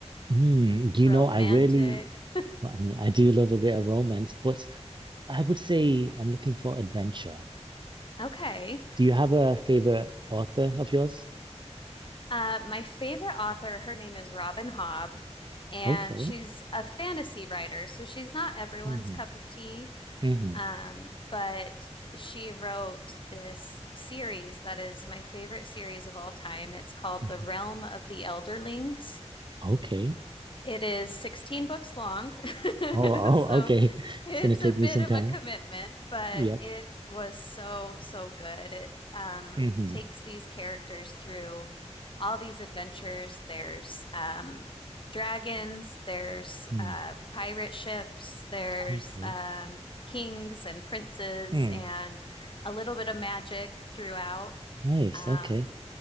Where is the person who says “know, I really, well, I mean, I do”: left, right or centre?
Right